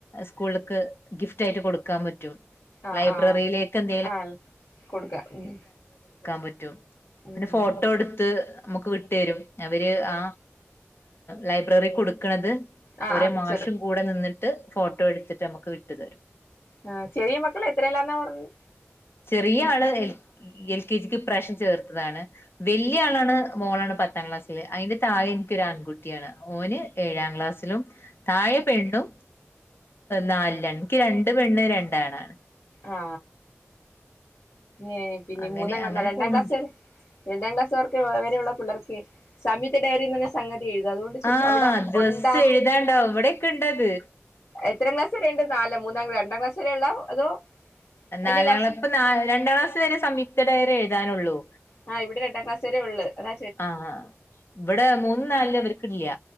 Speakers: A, on the left; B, on the left.
A: സ്കൂളിലക്ക് ഗിഫ്റ്റായിട്ട് കൊടുക്കാൻ പറ്റും
B: ആ
A: ൽ
B: ആ
A: ക്കാൻ
B: ആ കൊടുക്കാം ഉം
A: പറ്റും പിന്നെ
B: ഉം
A: ഫോട്ടോ എടുത്ത് നമുക്ക് വിട്ടു തരും അവര് ആ ലൈബ്രറി കൊടുക്കണത്
B: ആ
A: ഓരെ
B: ആ പിക്ചർ
A: മാഷും കൂടെ നിന്നിട്ട് ട്ട് ഫോട്ടോ എടുത്തിട്ട് നമുക്ക് വിട്ടു തരും
B: ആ ചെറിയ മക്കള എത്രല്ലാർന്നാ പറഞ്ഞ്
A: ചെറിയ ആള് എൽ എൽ കെ ജിക്ക് ഇ പ്രാവിശ്യം ചേർത്തതാണ് വലിയ ആളാണ് മോളാണ് പത്താം ക്ലാസ്സില് അതിന്റെ താഴെ എനിക്ക് ഒരു ആൺകുട്ടിയാണ് ഓന് ഏഴാം ക്ലാസ്സിലും താഴെ പെണ്ണും നാലി ലാണ് എനിക്ക് രണ്ട് പെണ്ണും രണ്ട് ആണാണ്
B: ആ ഏ പിന്നെ
A: അങ്ങനെ
B: മൂന്നാം
A: അങ്ങനെ
B: രണ്ടാം
A: പോണണ്ട്
B: ക്ലാസ് രണ്ടാം ക്ലാസ് വർക്ക് വരെയുള്ള പിള്ളർക്ക് സമയത്തെ ഡയറി എന്ന സംഗതി <unintelligible> ചോദിച്ച
A: ആ
B: അവിടെ
A: ദിവസ്സം
B: ഉണ്ടാ
A: എഴുതാണ്ടാകും ഇ വിടെക്കെണ്ടത്.
B: എത്രാം ക്ലാസ്സ്‌ വരെണ്ട് നാലോ <unintelligible> ക്ലാസ് വരെ ഉള്ള അതോ
A: നാലാം
B: വലിയ ക്ലാസ്
A: ക്ലാസ്സ്‌ ഇപ്പ <unintelligible> രണ്ടാം ക്ലാസ്സ് വരേ സംയുക്ത ഡയറി <inaudible> ഇടാനുള്ളൂ
B: ആ ഇവിടെ രണ്ടാം ക്ലാസ് വരെ ഉള്ളു <inaudible>
A: ആഹ് ഇവടെ മൂന്നും നാലിലാ ഇവര് ഇല്ല്യ.